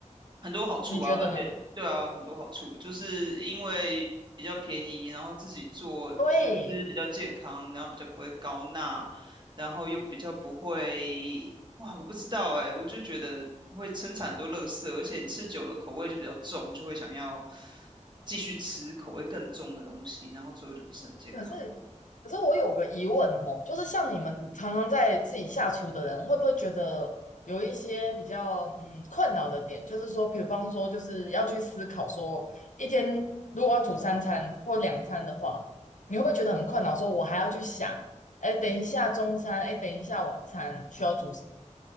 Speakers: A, on the right; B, on the left.
A: 很多好处啊，
B: 你觉得呢？
A: 而且对啊，很多好处，就是因为比较便宜，然后自己做就吃比较健康，
B: 对，
A: 然后比较不会高钠，然后又比较不会，哇，我不知道哎、我就觉得会生产很多垃圾，而且你吃久了口味就比较重，就会想要继续吃口味更重的东西，然后最后就不是很健康。
B: 可是，可是我有个疑问哦，就是像你们常常在自己下厨的人，会不会觉得有一些比较嗯困扰的点？就是说，比方说，就是要去思考说，一天如果要煮三餐或两餐的话，你会不会觉得很困扰？说我还要去想，哎，等一下中餐，哎，等一下晚餐需要煮什么？